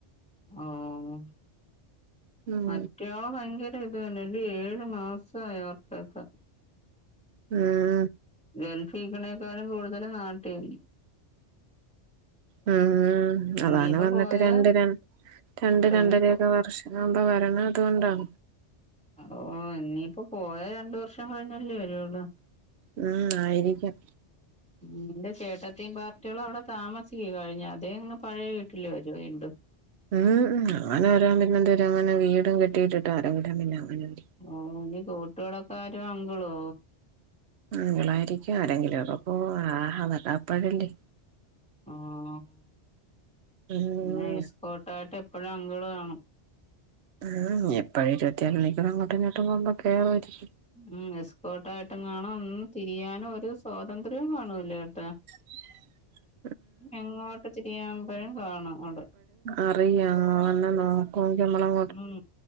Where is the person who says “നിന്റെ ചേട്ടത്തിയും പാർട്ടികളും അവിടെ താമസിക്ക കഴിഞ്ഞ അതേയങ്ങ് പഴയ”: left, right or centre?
Centre